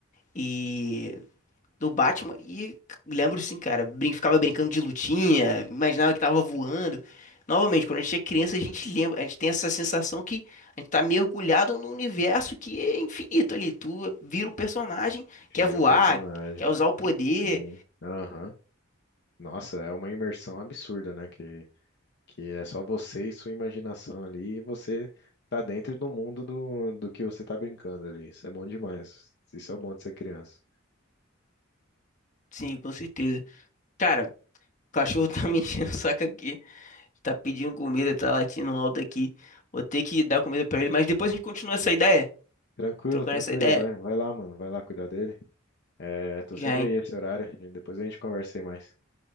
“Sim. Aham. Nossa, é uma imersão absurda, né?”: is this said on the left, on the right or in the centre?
Left